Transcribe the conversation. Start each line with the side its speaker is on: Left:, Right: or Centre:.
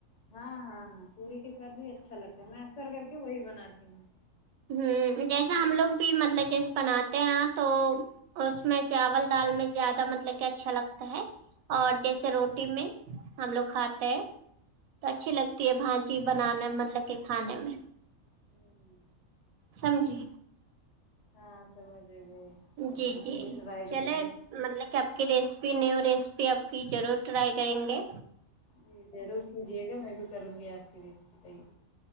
Left: ہاں ہاں ہاں پوری کے ساتھ بھی اچھا لگتا ہے میں اکثر کر کے وہی بناتی ہوں
Right: ہوں جیسے ہم لوگ بھی مطلب جیسے بناتے ہیں تو اس میں چاول دال میں زیادہ مطلب کہ اچھا لگتا ہے اور جیسے روٹی میں ہم لوگ کھاتے ہیں تو اچھی لگتی ہے بھاجی بنانے میں مطلب کہ کھانے میں
Left: ہمم
Right: سمجھی
Left: ہاں سمجھ گئی اب
Right: جی
Left: ہم
Right: جی
Left: بھی ٹرائی کریں
Right: چلے
Left: گے
Right: مطلب کہ آپ کی ریسیپی نیو ریسیپی آپ کی ضرور ٹرائی کریں گے
Left: جی ضرور کیجیے گا میں بھی کروں گی آپ کی ریسیپی ٹرائی